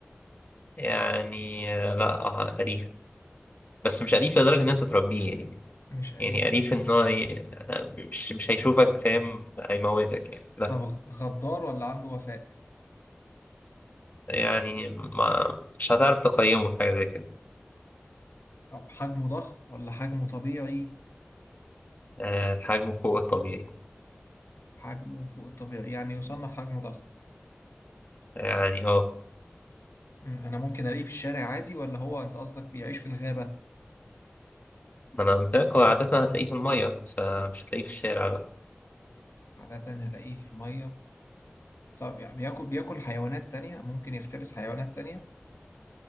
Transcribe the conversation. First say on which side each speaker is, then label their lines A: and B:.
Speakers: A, on the left (about 40°); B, on the left (about 80°).
A: يعني آه، لا آه، أليف بس مش أليف لدرجة إن أنت تربيه يعني
B: مش اليف
A: يعني
B: ده
A: أليف إن هو ي- آه، مش مش هيشوفك فاهم هيموتك يعني لا
B: طب غ- غدار ولا عنده وفاء
A: يعني ما مش هتعرف تقيمه في حاجة زي كده
B: طب حجمه ضخم ولا حجمه طبيعي
A: آه حجمه فوق الطبيعي
B: حجمه فوق الطبيعي يعني يصنف حجمه ضخم
A: يعني اه
B: أمم، انا ممكن الاقيه في الشارع عادي ولا هو انت قصدك بيعيش في الغابة
A: ما أنا قلت لك هو عادة هتلاقيه في المية فمش هتلاقيه في الشارع لا
B: عادة هلاقيه في المية طب يعني بياكل بياكل حيوانات تانية ممكن يفترس حيوانات تانية